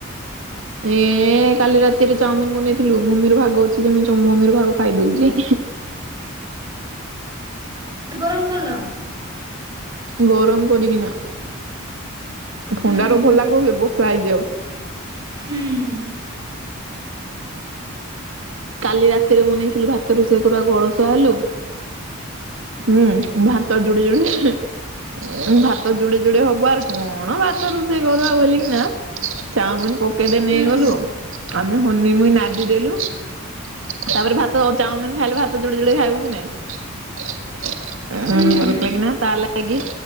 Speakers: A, on the right; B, on the right.
A: ଏ କାଲି ରାତିରେ ଚାଉମିିନ ବନେଇଥିଲୁ ମମିର ଭାଗ ଅଛି ଯେ ମୁଁ ମମିର ଭାଗ ଖାଇଦଉଛି।
B: ଗରମ କଲ?
A: ଗରମ କରିକିନା
B: ହୁଁ
A: ଥଣ୍ଡାର
B: ହୁଁ
A: ଭଲ ଲାଗବ କି ବର୍ଷା ହେଇଚି ଆଉ।
B: ହୁଁ। ହୁଁ
A: କାଲି ରାତିରେ ମୁଁ ବନେଇଥିଲୁ ଭାତ ରୋଷେଇ କରିବାକୁ ଅଳସୁଆ ହେଲୁ ହୁଁ ଭାତ ଯୁଡେ ଯୁଡେ ଭାତ ଯୁଡେ ଯୁଡେ ହବ ଆରେ କଣ ଭାତ ରୋଷେଇ କରିଆ ବୋଲି କିିନା ଚାଉମିନ ପକେଇଦେଇ ନେଇଗଲୁ
B: ହୁଁ।
A: ଆମେ ହନି ମୁଇ ନାଦି ଦେଲୁ ତାପରେ ଭାତ ଚାଉମିିନ ଖାଇଲେ ଭାତ ଯୋଡେ ଯୋଡେ ଖାଇବୁ କି ନାଇଁ? ଉଁ
B: ହୁଁ
A: ଭଲ
B: ହୁଁ
A: ଲାଗିନା ତା ଲାଗି